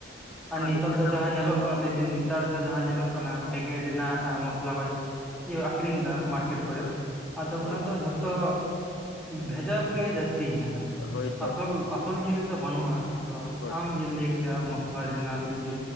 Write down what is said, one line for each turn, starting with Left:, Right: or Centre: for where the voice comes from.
Centre: ᱟᱨ ᱱᱤᱛᱚᱜ
Left: ᱫᱚᱠᱟᱱ
Centre: ᱫᱚᱼᱼ ᱱᱤᱛᱚᱜ ᱡᱟᱦᱟᱸ ᱧᱮᱞᱚᱜ <unintelligible> ᱱᱮᱛᱟᱨ ᱡᱟᱸᱦᱟᱸ ᱧᱮᱞᱚᱜ ᱠᱟᱱᱟ ᱯᱮᱠᱮᱴ ᱨᱮᱱᱟᱜ ᱢᱚᱥᱞᱟ ᱠᱚᱼᱼ ᱤᱭᱟᱹ ᱟᱠᱷᱨᱤᱧ ᱫᱟ ᱢᱟᱨᱠᱮᱴᱼᱼ ᱠᱚᱨᱮ
Left: ᱦᱳᱭ
Centre: ᱟᱫᱚ
Left: ᱦᱳᱭ
Centre: ᱚᱱᱟ
Left: ᱦᱳᱭ
Centre: ᱫᱚ ᱡᱷᱚᱛᱚ ᱵᱷᱮᱡᱟᱞ ᱜᱮ ᱡᱟᱹᱥᱛᱤ ᱦᱮᱱᱟᱜᱼᱟ
Left: ᱦᱳᱭᱛᱚ
Centre: ᱾ ᱟᱥᱚᱞ ᱟᱥᱚᱞ ᱡᱤᱱᱤᱥ ᱫᱚ ᱵᱟᱹᱱᱩᱜᱼᱟ ᱾ ᱟᱫᱚ
Left: ᱦᱳᱭ
Centre: ᱟᱢ ᱡᱮ ᱞᱟᱹᱭ ᱠᱮᱜᱼᱟ ᱢᱚᱥᱞᱟ ᱨᱮᱱᱟᱜᱼᱼ ᱡᱩᱫᱤ